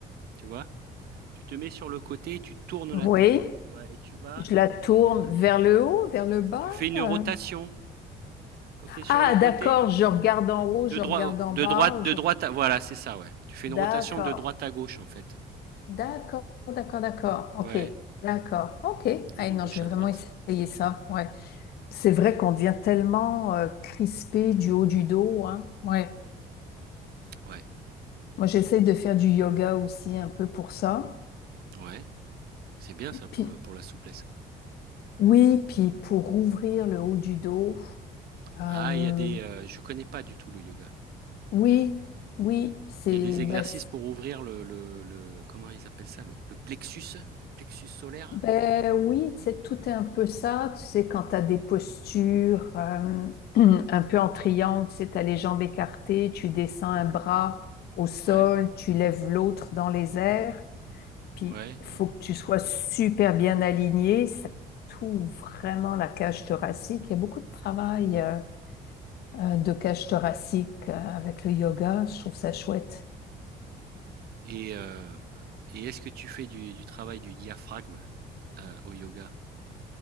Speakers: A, on the right; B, on the left.
A: tu vois? Tu te mets sur le côté et tu tournes
B: Oui,
A: la tête. Ouais et tu vas
B: je la tourne vers le haut, vers le bas.
A: tu fais une
B: euh.
A: rotation. Quand tu es sur
B: Ah,
A: le côté,
B: d'accord, je regarde en haut,
A: de
B: je
A: droi
B: regarde en
A: de
B: bas.
A: droite de
B: je-
A: droite à voilà, c'est ça, ouais. Tu fais
B: D'accord,
A: une rotation de droite à gauche, en fait.
B: d'accord, d'accord, d'accord.
A: Ouais,
B: Ok, d'accord, ok.
A: ou
B: Ah
A: de
B: non,
A: gauche
B: je vais
A: à
B: vraiment
A: droite.
B: essayer ça. Ouais. C'est vrai qu'on devient tellement euh, crispé du haut du dos, hein. Ouais.
A: Ouais,
B: Moi, j'essaie de faire du yoga aussi un peu pour ça.
A: ouais, c'est bien ça pour
B: Puis
A: le pour la souplesse.
B: Oui, puis pour ouvrir le haut du dos, euh,
A: Ah, il y a des, euh, je connais pas du tout le yoga.
B: oui, oui, c'est,
A: Il y a des
B: ben,
A: exercices
B: c'est-
A: pour ouvrir le, le, le- comment ils appellent ça, le, le plexus, le plexus solaire.
B: ben oui, c'est tout est un peu ça, tu sais, quand tu as des postures euh, <clears throat> un peu en triangle, tu sais, tu as les jambes écartées, tu descends un bras au sol,
A: Ouais,
B: tu lèves l'autre dans les airs, puis
A: ouais.
B: il faut que tu sois super bien aligné, ça tout vraiment la cage thoracique, il y a beaucoup de travail. euh, euh, de cage thoracique euh, avec le yoga. Je trouve ça chouette.
A: Et euh, et est-ce que tu fais du, du travail du diaphragme euh, au yoga?